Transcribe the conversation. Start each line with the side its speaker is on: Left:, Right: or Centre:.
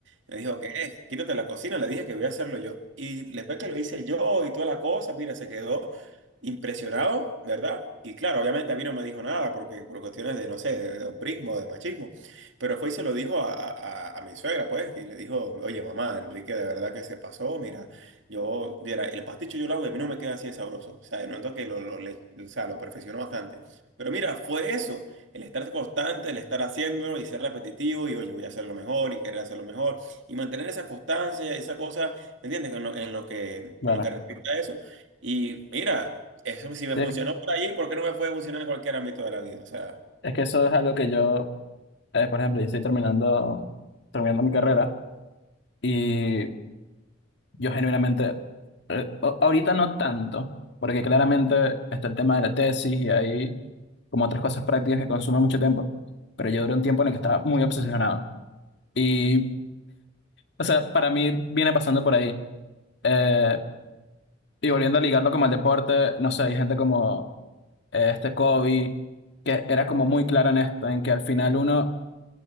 Right: Le dijo, ¿qué? Quítate de la cocina, le dije que voy a hacerlo yo. Y después que lo hice yo y toda la cosa, mira, se quedó impresionado, ¿verdad? Y claro, obviamente a mí no me dijo nada porque por cuestiones de, no sé, de, de hombrismo, de machismo, pero fue y se lo dijo a, a- a- a mi suegra, pues, y le dijo, oye, mamá, Enrique, de verdad que se pasó, mira, yo, mira, el pasticho yo lo hago y a mí no me queda así de sabroso. O sea, de noto que lo, lo, le- o sea, lo perfeccionó bastante. Pero mira, fue eso, el estar constante, el estar haciéndolo y ser repetitivo y oye, voy a hacerlo mejor y querer hacerlo mejor y mantener esa constancia, esa cosa, ¿me entiendes? En lo, en lo que,
Left: Bueno,
Right: en lo que respecta a eso. Y mira, eso si me
Left: es
Right: funcionó por allí, ¿por qué no me puede funcionar en cualquier ámbito de la vida? O sea.
Left: es que eso es algo que yo eh, por ejemplo, yo estoy terminando, terminando mi carrera y yo genuinamente, eh, a- ahorita no tanto, porque claramente está el tema de la tesis y hay como otras cosas prácticas que consumen mucho tiempo, pero yo duré un tiempo en el que estaba muy obsesionado. Y, o sea, para mí viene pasando por ahí. Eh, y volviendo a ligarlo como al deporte, no sé, hay gente como eh, este Kobe, que era como muy claro en esto, en que al final uno,